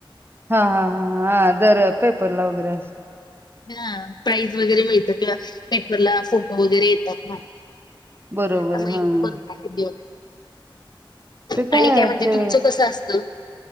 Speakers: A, on the right; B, on the left.
A: हा हा हा हा दर पेपरला वगैरे असं.
B: हा प्राईज वगैरे मिळत किंवा पेपरला फोटो वगैरे येतात ना.
A: बरोबर
B: त्यामुळे
A: हा
B: <unintelligible>
A: हा. ते
B: आणि काय म्हणजे
A: ते
B: तुमचं तसं असतं.